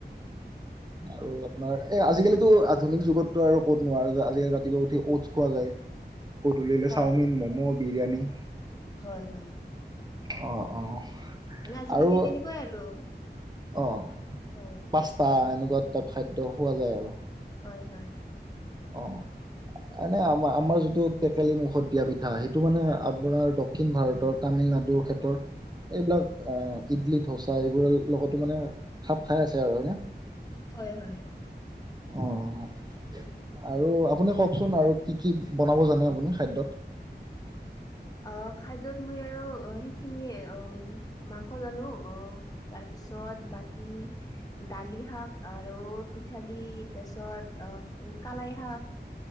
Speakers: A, on the left (about 20°); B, on the right (about 20°).
A: <inaudible>
B: আৰু আপনাৰ এ আজিকালিটো আধুনিক যুগতটো আৰু ক'তনো আজিকালি ৰাতিপুৱা উঠি ওট্ছ খোৱা যায়।
A: <inaudible>
B: গধূলিলৈ
A: হয়
B: চাউমিন, ম'ম', বিৰিয়ানী।
A: হয়, হয়।
B: অ', অ'।
A: মানে আজিকালি
B: আৰু
A: তেনেকুৱাই আৰু।
B: অ',
A: হয়
B: পাস্তা এনেকুৱা টাইপ খাদ্য খোৱা যায় আৰু।
A: হয়, হয়।
B: অ'। এনে আম-আমাৰ যিটো টেকেলি মুখত দিয়া পিঠা, সেইটো মানে আপোনাৰ দক্ষিণ ভাৰতৰ তামিল নাডু ক্ষেত্ৰৰ এইবিলাক এ ইডলি ধৌচা এইবোৰৰ লগতো মানে খাপ খাই আছে আৰু হয় নে?
A: হয় হয়
B: অহ। আৰু আপুনি কওঁকচোন আৰু কি কি বনাব জানে আপুনি খাদ্যত?
A: অ', খাদ্যত মই আৰু অ', সেইখিনিয়ে অ', মাংস জানো অ', তাৰপ পিছত বাকী দালি শাক আৰু পিঠালি তাৰপিছত অহ উম, কালাই শাক।